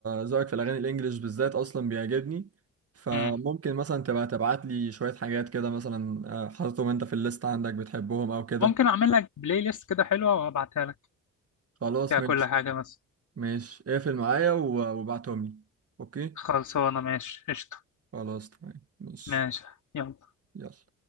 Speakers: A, on the right; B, on the left.
A: ذوقك في الاغاني الانجليش بالذات اصلا بيعجبني فممكن
B: امم
A: مثلا تبقى تبعت لي شويه حاجات كده مثلا آه، حاططهم انت في الليست عندك بتحبهم او كده
B: ممكن اعمل لك بلاي ليست كده حلوة وابعتها لك
A: خلاص
B: فيها
A: ماشي
B: كل حاجة بس
A: ماشي اقفل معايا و- وابعتهم لي اوكي
B: خلصانة ماشي قشطة
A: خلاص تمام ماشي
B: ماشي يلا
A: يلا